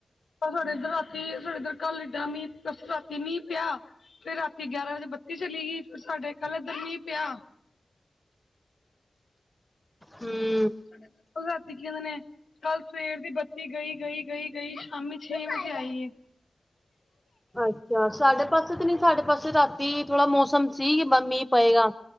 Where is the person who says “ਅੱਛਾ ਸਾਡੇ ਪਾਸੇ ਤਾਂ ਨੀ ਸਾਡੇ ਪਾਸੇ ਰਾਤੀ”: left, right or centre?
Centre